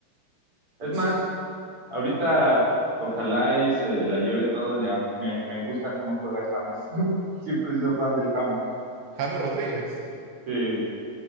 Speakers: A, on the right; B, on the right.
A: Es
B: Sí,
A: más, ahorita ojalá y se la lleve todo el León. Me, me gusta cómo juega el James. <laughs> Siempre he sido fan del James.
B: James Rodríguez.
A: Sí.